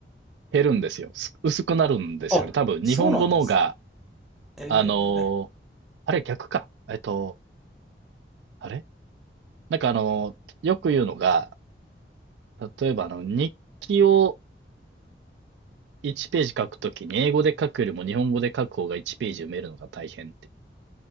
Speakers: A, on the right (about 80°); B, in the centre.
A: 減るんですよ。す薄くなるんですよね。
B: あ、
A: 多分日本語の方が、
B: そうなんです。えー
A: あのーあれ逆か。えっと、あれなんかあのーよく言うのが、例えばあの、日記を1ページ書くときに英語で書くよりも日本語で書く方が1ページ埋めるのが大変って。